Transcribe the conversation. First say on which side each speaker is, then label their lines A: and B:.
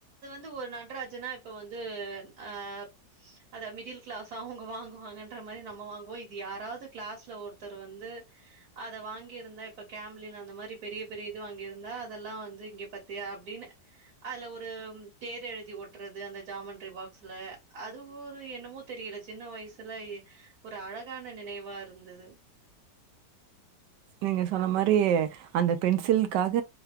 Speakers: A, on the right; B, on the right.
A: து ஒரு நடராஜூனா இப்ப வந்து அப் அத மிடில் கிளாஸ் அவுங்க வாங்குவாங்கன் ன்ற மாரி நம்ம வாங்குவோ இது யாராவ்து கிளாஸ்ல ஒருத்தர் வந்து அத வாங்கியிருந்தா இப்ப கேம்லின் அந்த மாரி பெரிய பெரிய இது வாங்கியிருந்தா அதெல்லா வந்து இங்க பத் தியா அப்டினு அதுல ஒரும் எழுதி ஒட்றது அந்த ஜாமண்ட்ரி பாக்ஸ்ல அது ஒரு என்னமோ தெரியல சின்ன வயசல எ ஒரு அழகான நினைவா இருந்தது
B: நீங்க சொன்ன மாரி அந்த பென்சில்காக